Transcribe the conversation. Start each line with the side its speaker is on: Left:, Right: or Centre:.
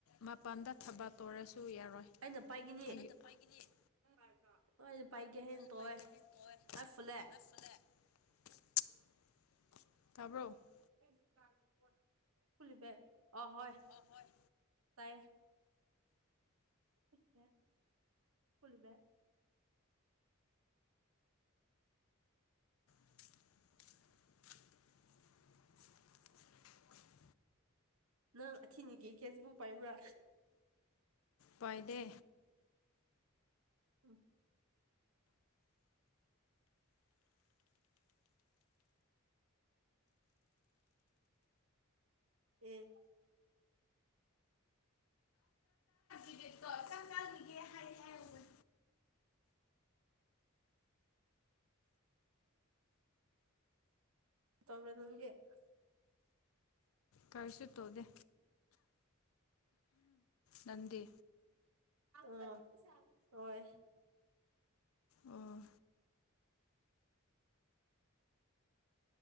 Left: ꯃꯄꯥꯟꯗ ꯊꯕꯛ ꯇꯧꯔꯁꯨ ꯌꯥꯔꯣꯏ
Right: ꯑꯩꯅ ꯄꯥꯏꯒꯅꯤ
Left: ꯑꯩꯒꯤ
Right: ꯍꯣꯏ ꯑꯩꯅ ꯄꯥꯏꯒꯦ ꯍꯥꯏꯅ
Left: <unintelligible>
Right: ꯇꯧꯋꯦ ꯑꯩ ꯐꯨꯜꯂꯦ <unintelligible>
Left: ꯑ ꯍꯣꯏ
Right: ꯇꯥꯏꯌꯦ <unintelligible>
Left: <unintelligible>
Right: ꯅꯪ ꯑꯊꯤꯅꯤꯒꯤ ꯀꯦꯁꯕꯨ ꯄꯥꯏꯕ꯭ꯔꯥ
Left: ꯄꯥꯏꯗꯦ
Right: ꯎꯝ ꯑꯦ
Left: ꯇꯤꯀꯦꯠꯇꯣ ꯆꯥꯛ ꯆꯥꯒꯤꯒꯦ ꯍꯥꯏ ꯍꯥꯏꯍꯧꯕꯅꯤ
Right: <unintelligible>
Left: ꯀꯔꯤꯁꯨ ꯇꯧꯗꯦ ꯅꯟꯗꯤ
Right: ꯑꯣ ꯍꯣꯏ
Left: ꯑꯣ